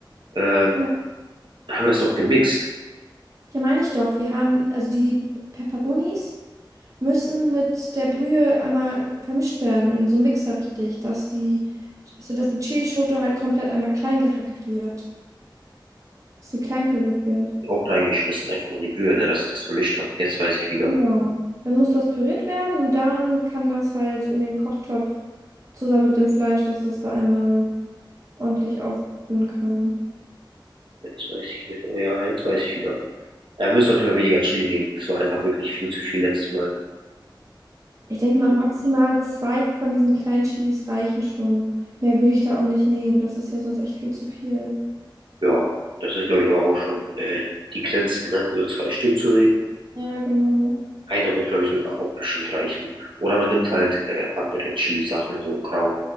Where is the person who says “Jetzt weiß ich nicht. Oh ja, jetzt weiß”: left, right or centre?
Right